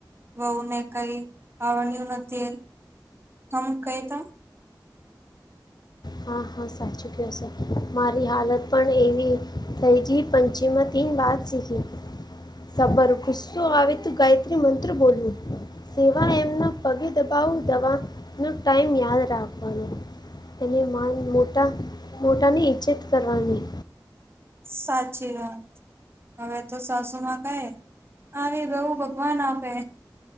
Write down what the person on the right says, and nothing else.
વહુને કઈ આવડ્યું નથી, તેમ કહેતા.
સાચી વાત. હવે તો સાસું માં કહે આવી બહુ ભગવાન આપે.